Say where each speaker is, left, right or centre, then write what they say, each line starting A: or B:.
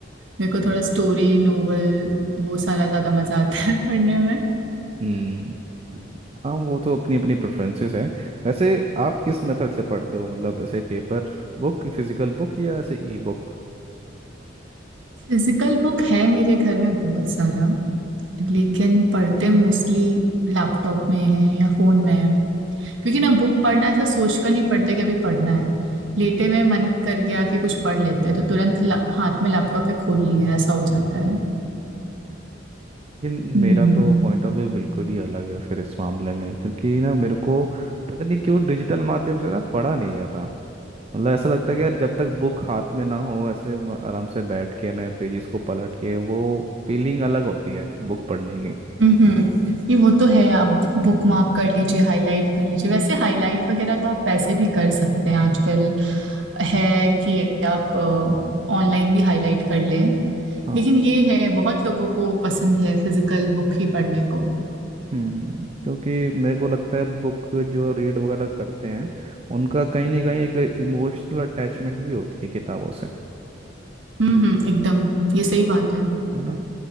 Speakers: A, on the right (about 75°); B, on the right (about 30°).
A: मेरे को थोड़ा स्टोरी नोवेल वो सारा ज्यादा मजा आता है <laughs> पढ़ने में
B: हम्म हाँ वो तो अपनी अपनी प्रेफरेंसेस है वैसे आप किस मेथड से पढ़ते हो मतलब ऐसे पेपर बुक फिजिकल बुक या ऐसे ई बुक
A: फिजिकल बुक है मेरे घर में बहुत सारा लेकिन पढ़ते मोस्टली लैपटॉप में है या फोन में है क्योंकि ना बुक पढ़ना ऐसा सोच कर नहीं पढ़ते कि अभी पढ़ना है लेटे हुए मन कर गया कि कुछ पढ़ लेते हैं तो तुरंत ला- हाथ में लैपटॉप है खोल लिया ऐसा हो जाता है
B: लेकिन
A: हम्म
B: मेरा तो पॉइंट ऑफ व्यू बिल्कुल ही अलग है फिर इस मामले में क्योंकि ना मेरे को पता नहीं क्यों डिजिटल माध्यम से ना पढ़ा नहीं जाता मतलब ऐसा लगता है कि यार जब तक बुक हाथ में ना हो ऐसे म- आराम से बैठ के मैं पेजेस को पलट के वो फीलिंग अलग होती है बुक पढ़ने की
A: हम्म ये वो तो है आप बुक मार्क कर लीजिए हाईलाइट कर लीजिए वैसे हाईलाइट वगैरह तो आप वैसे भी कर सकते हैं आजकल है कि आप ऑनलाइन भी हाईलाइट कर लें
B: हाँ
A: लेकिन ये है बहुत लोगों को पसंद है फिजिकल बुक ही पढ़ने को
B: हम्म क्योंकि मेरे को लगता है बुक जो रीड वगैरह करते हैं उनका कहीं ना कहीं एक इमोशनल अटैचमेंट भी होती है किताबों से
A: हम्म हम्म एकदम ये सही बात है
B: है ना